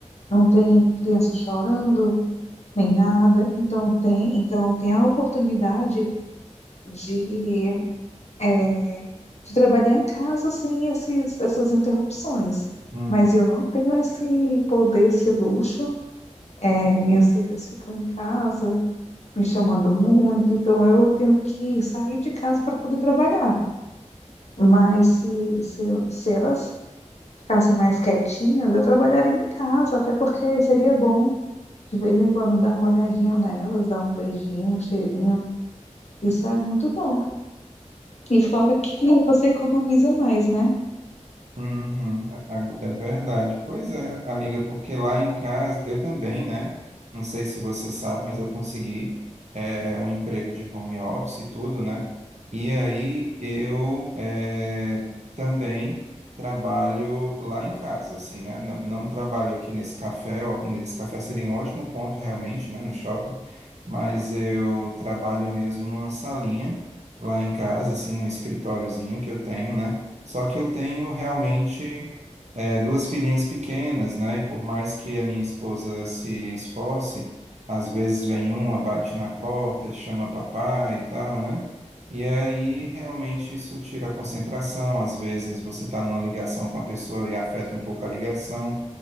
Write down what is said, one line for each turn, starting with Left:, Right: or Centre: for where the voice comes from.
Left: não tem criança chorando, nem nada. Então tem, então tem a oportunidade de é, de trabalhar em casa sem esses, essas interrupções.
Right: Uhum.
Left: Mas eu não tenho esse poder, esse luxo. É, minhas filhas ficam em casa, me chamando muito, então eu tenho que sair de casa para poder trabalhar. Mas se, se, eu- se elas ficassem mais quietinhas, eu trabalharia em casa, até porque seria bom de vez em quando dar uma olhadinha nelas, dar um beijinho, um cheirinho. Isso é muito bom. E fora que você economiza mais, né?
Right: Uhum, a- a- é verdade. Pois é, amiga, porque lá em casa, eu também, né? Não sei se você sabe, mas eu consegui é, um emprego de home office e tudo, né? E aí eu é, também trabalho lá em casa, assim, né? Não, não trabalho aqui nesse café, ó, nesse café seria um ótimo ponto realmente, né? No shopping, mas eu trabalho mesmo numa salinha lá em casa, assim, num escritóriozinho que eu tenho, né? Só que eu tenho realmente é, duas filhinhas pequenas, né? E por mais que a minha esposa se esforce, às vezes vem uma, bate na porta, chama papai e tal, né? E aí realmente isso tira a concentração. Às vezes você está numa ligação com a pessoa e afeta um pouco a ligação.